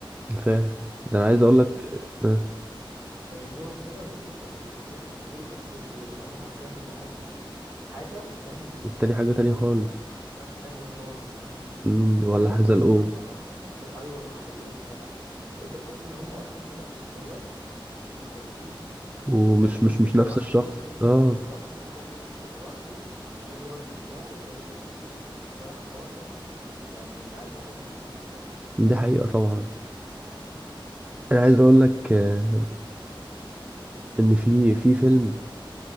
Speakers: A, on the right (about 15°); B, on the right (about 35°).
A: فاهم ده انا عايز اقول
B: يعني
A: لك
B: ج-
A: آه،
B: زي جون كده وال... وشخصية الكبير وشخصية جون اللي هما حرفيا واحد حاجة والتاني
A: والتاني حاجه تانية
B: يعني
A: خالص
B: دماغ تانية خالص فاهم
A: مم. ولا
B: وانت تحس
A: حزلقوه
B: ان هما شخصين مختلف ايوه حزلقوم جدع انت تحس ان هما اصلا ثلاث شخصيات مختلفين
A: ومش
B: يعني ده ممثل
A: مش مش
B: لوحده
A: نفس الشخص
B: وده ممثل
A: اه
B: لوحده وده ممثل لوحده ده ليه ردة فعل وده ليه تمثيل و... الصراحة الحوار ده يعني عايز واحد موهوب الصراحة
A: دي حقيقة طبعا انا عايز اقول لك آه،
B: الفول.
A: ان في في فيلم